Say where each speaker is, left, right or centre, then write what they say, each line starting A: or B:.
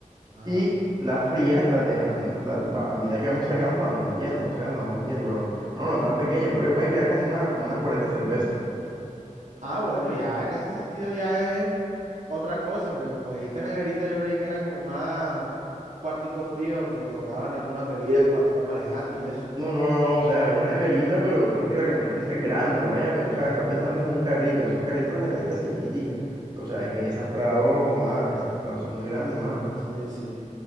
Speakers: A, on the right; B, on the right.
A: ajá.
B: Y las frías las dejamos, las- va- a medida que vamos sacando, vamos metiendo, vamos sacando, vamos metiendo. Pero no, no, no tan pequeña, creo que pueden quedar como, una, como unas 40 cervezas.
A: Ah, bueno, ya en ese sentido ya es otra cosa, porque como dijiste neverita, yo creí que era como más un cuartico frío donde colocaban algunas bebidas cuando iban manejando y eso.
B: No, no, no, o sea, una neverita, pero porque la camioneta es grande, no vaya, a pe- o sea, está pensando en un carrito, en esos carritos la neverita se ve chiquitica, o sea, es que en esas prados, joda, esas prados son muy grandes, mano.
A: Sí, sí.